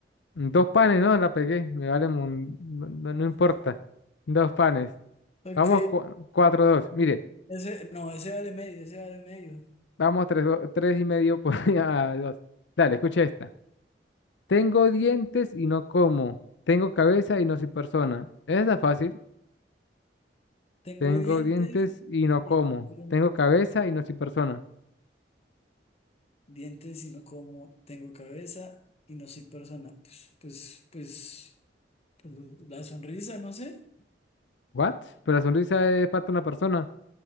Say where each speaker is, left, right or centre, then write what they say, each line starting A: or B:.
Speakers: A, on the left (about 85°); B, on the left (about 35°).
A: Dos panes, no, la pegué. Me vale, mun- no, no- no importa. Dos panes.
B: Ok,
A: Vamos, cu- cuatro, dos. Mire,
B: ese, no, ese vale medio, ese vale medio.
A: vamos tres, do- tres y medio por <laughs> a dos. Dale, escucha esta. Tengo dientes y no como. Tengo cabeza y no soy persona. Esa está fácil.
B: Tengo
A: Tengo
B: dientes
A: dientes y no
B: y
A: como.
B: no como.
A: Tengo cabeza y no soy persona.
B: dientes, sino como tengo cabeza y no soy persona. Pues, pues, pues, pues lo- la sonrisa, no sé.
A: ¿What? Pero la sonrisa es parte de una persona.